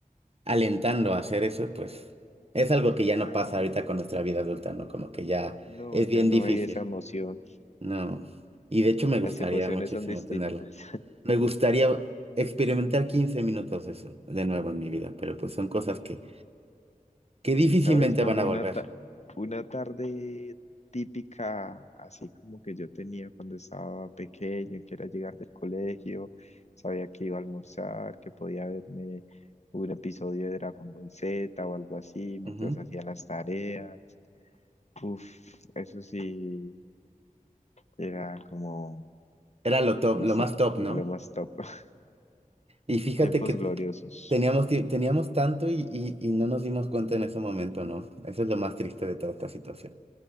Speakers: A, on the right; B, on the left.
A: alentando a hacer eso, pues es algo que ya
B: Claro,
A: no pasa ahorita con nuestra vida adulta, ¿no? Como que ya
B: no,
A: es
B: ya
A: bien
B: no
A: difícil,
B: hay esa emoción.
A: ¿no? Y de hecho me gustaría
B: Las emociones
A: muchísimo
B: son distintas.
A: tenerlo. Me gustaría experimentar 15 minutos de eso de nuevo en mi vida, pero pues son cosas que, que
B: Sí,
A: difícilmente
B: sabes, como
A: van a
B: una,
A: volver.
B: ta- una tarde típica, así como que yo tenía cuando estaba pequeño, que era llegar del colegio, sabía que iba a almorzar, que podía verme un episodio de Dragon Ball Z o algo así, mientras
A: Ujú.
B: hacía las tareas. Uf, eso sí, era como,
A: Era lo top,
B: no
A: lo
B: sé,
A: más top,
B: lo
A: ¿no?
B: más top. <laughs>
A: Y fíjate
B: Tiempos
A: que
B: gloriosos.
A: teníamos, ti- teníamos tanto y, y, y no nos dimos cuenta en ese momento, ¿no? Eso es lo más triste de toda esta situación.